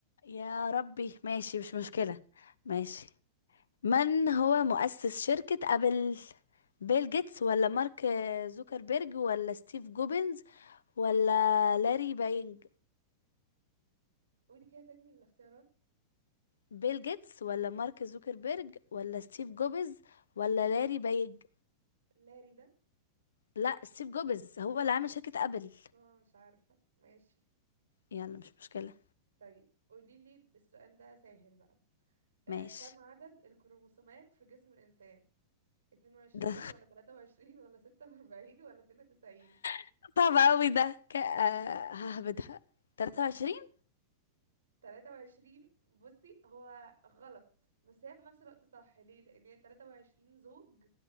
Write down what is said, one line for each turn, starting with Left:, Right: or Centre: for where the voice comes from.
Left: يا ربي ماشي مش مشكلة ماشي
Right: ماشي
Left: من هو مؤسس شركة أبل بيل جيتس ولا مارك زوكربيرج ولا ستيف جوبنز ولا لاري بايج
Right: قولي كده تاني الاختيارات
Left: بيل جيتس ولا مارك زوكربيرج ولا ستيف جوبز ولا لاري بايج
Right: لاري ده
Left: لا ستيف جوبز هو اللي عامل شركة ابل
Right: هو مش عارفة ماشي
Left: يلا مش مشكلة
Right: طيب قوليلي السؤال ده سهل بقى آه
Left: ماشي
Right: كم عدد الكروموسومات في جسم الإنسان 22
Left: ده
Right: ولا 23 ولا 46 ولا 92
Left: <laughs> صعب قوي ده ك... آه، ههبدها 23
Right: تلاتة وعشرين بصي هو غلط بس هي في نفس الوقت صح ليه لان هي تلاتة وعشرين زوج